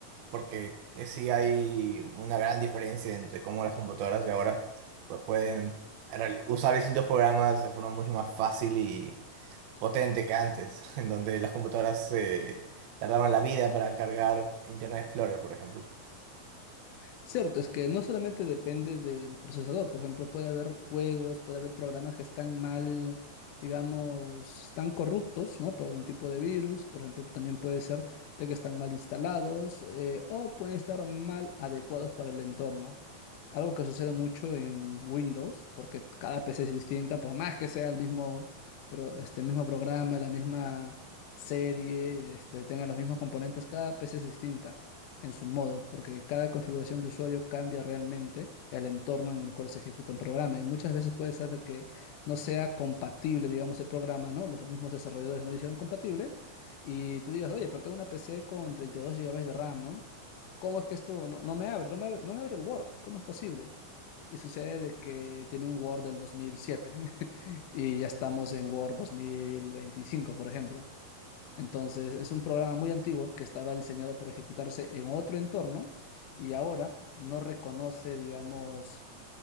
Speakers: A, on the right (about 80°); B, on the left (about 70°).
A: porque eh, sí hay una gran diferencia entre cómo las computadoras de ahora pues pueden reali- usar distintos programas de forma mucho más fácil y potente que antes, <laughs> en donde las computadoras eh, tardaban la vida para cargar Internet Explorer, por ejemplo.
B: Cierto, es que no solamente depende del procesador, por ejemplo, puede haber juegos, puede haber programas que están mal, digamos, están corruptos, ¿no? Por algún tipo de virus, por ejemplo, también puede ser de que están mal instalados eh, o pueden estar mal adecuados para el entorno. Algo que sucede mucho en Windows, porque cada PC es distinta, por más que sea el mismo, pro- este mismo programa, la misma serie, este, tenga los mismos componentes, cada PC es distinta en su modo, porque cada configuración de usuario cambia realmente el entorno en el cual se ejecuta un programa y muchas veces puede ser de que no sea compatible, digamos, el programa, ¿no? Los mismos desarrolladores no lo hicieron compatible y tú digas, oye, pero tengo una PC con 32 gigabytes de RAM, ¿no? ¿Cómo es que esto no, no me abre? No me abre, no me abre el Word, ¿cómo es posible? Y sucede de que tiene un Word del 2007 <laughs> y ya estamos en Word 2025, por ejemplo. Entonces, es un programa muy antiguo que estaba diseñado para ejecutarse en otro entorno y ahora no reconoce, digamos,